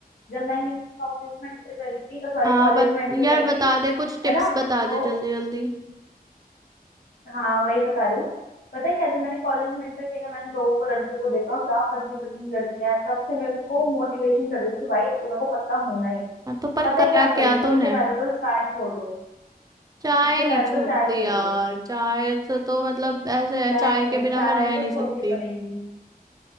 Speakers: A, on the left; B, on the right.
A: जब मैं न्यूली ऑफिस में एंटर करी थी सॉरी
B: हाँ
A: कॉलेज
B: बत
A: में एंटर
B: यार
A: करी
B: बता
A: थी
B: दे कुछ टिप्स
A: है ना
B: बता
A: तो
B: दे जल्दी जल्दी
A: हाँ वही बता रही हूँ पता है क्या जब मैंने कॉलेज में एंटर किया मैंने लोगों को लड़कियों को देखा क्या पतली पतली लड़कियां हैं तब से मेरे को मोटिवेशन चढ़ गई कि भाई अब तो मेरे को पतला होना ही है
B: हाँ तो पर
A: पता
B: करा
A: है क्या करो
B: क्या
A: सबसे
B: तूने
A: पहले तो चाय छोड़ दो
B: चाय
A: सबसे
B: नहीं
A: पहले
B: छूटती
A: तो चाय छोड़
B: यार
A: दो
B: चाय से तो मतलब ऐसे है
A: नहीं
B: चाय के बिना
A: चाय
B: मैं रह
A: तो
B: नहीं
A: छोड़नी
B: सकती
A: पड़ेगी